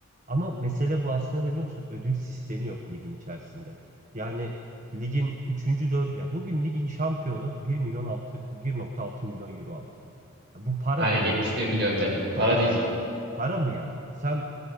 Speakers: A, on the right; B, on the right.
A: Ama mesele bu aslında ne biliyorsun? Ödül sistemi yok ligin içerisinde. Yani ligin üçüncü 4. ya bugün ligin şampiyonu bir milyon altı bir nokta 6 milyon euro aldı. Ya bu para
B: Aynen
A: mı?
B: 71 milyon TL. Para değil.
A: Para mı yani? Sen